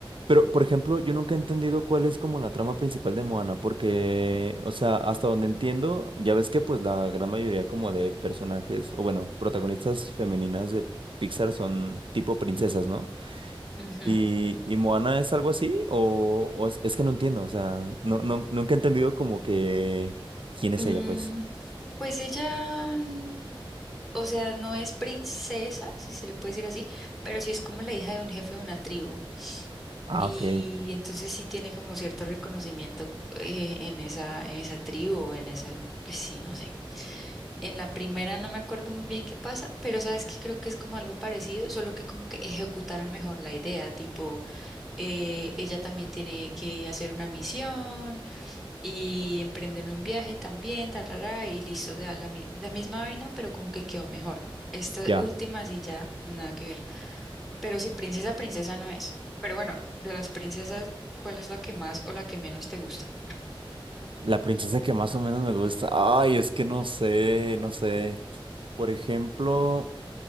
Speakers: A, on the right; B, in the centre.
A: Pero, por ejemplo, yo nunca he entendido cuál es como la trama principal de Moana, porque, o sea, hasta donde entiendo, ya ves que pues la gran mayoría como de personajes, o bueno, protagonistas femeninas de Pixar son tipo princesas, ¿no?
B: Ujú.
A: ¿Y, y Moana es algo así? O, o es, es que no entiendo, o sea, no, no, nunca he entendido como que quién es
B: Mm,
A: ella, pues.
B: Pues ella, mm, o sea, no es princesa, si se le puede decir así, pero sí es como la hija de un jefe de una tribu.
A: Ah,
B: Y
A: ok,
B: entonces sí tiene como cierto reconocimiento eh, en esa, en esa tribu, o en esa, pues sí, no sé. En la primera no me acuerdo muy bien qué pasa, pero sabes que creo que es como algo parecido, solo que como que ejecutaron mejor la idea, tipo, eh, ella también tiene que hacer una misión, y emprenden un viaje también, tarara, y listo, o sea, la, mi- la misma vaina, pero como que quedó mejor. Esta
A: ya.
B: última sí ya nada que ver. Pero si princesa, princesa no es. Pero bueno, de las princesas, ¿cuál es la que más o la que menos te gusta?
A: La princesa que más o menos me gusta. Ay, es que no sé, no sé. Por ejemplo...